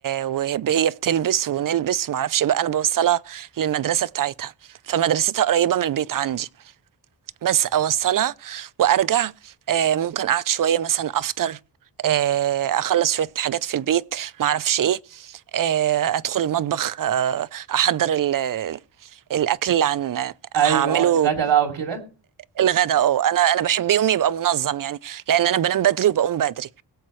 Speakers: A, on the right; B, on the right.
A: وهي بتلبس ونلبس ومعرفش إيه بقى انا بوصلها للمدرسه بتاعتها فمدرستها قريبه من البيت عندي بس اوصلها وارجع آه، ممكن اقعد شويه مثلا افطر آه، اخلص شويه حاجات في البيت معرفش ايه آه، ادخل المطبخ آه، احضر ال- الاكل اللي عن
B: ايوه
A: هعمله
B: اه الغدا بقى وكده
A: الغدا اه انا انا بحب يومي يبقى منظم يعني لان انا بنام بدري وبقوم بدري